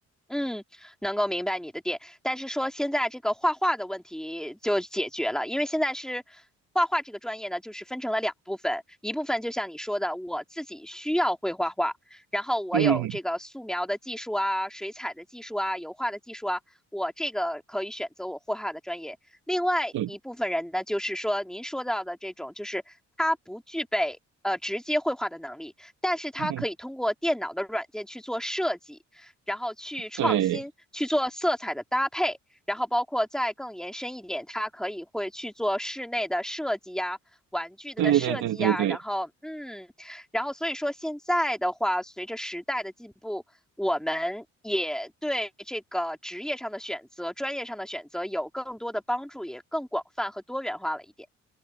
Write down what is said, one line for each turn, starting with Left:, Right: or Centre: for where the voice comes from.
Centre: 嗯，能够明白你的点，但是说现在这个画画的问题就解决了，因为现在是画画这个专业呢，就是分成了两部分，一部分就像你说的，我自己需要会画画，然后我有这个素描的技术啊、
Right: 嗯，
Centre: 水彩的技术啊、油画的技术啊，我这个可以选择我绘画的专业。另外一部分人呢，
Right: 对，
Centre: 就是说您说到的这种，就是他不具备呃直接绘画的能力，但是他可以通过电脑的软件去做设计。
Right: 嗯，
Centre: 然后去创新，
Right: 对，
Centre: 去做色彩的搭配，然后包括再更延伸一点，它可以会去做室内的设计呀、玩具的设计呀，
Right: 对对对对对。
Centre: 然后嗯，然后所以说现在的话，随着时代的进步，我们也对这个职业上的选择、专业上的选择有更多的帮助，也更广泛和多元化了一点。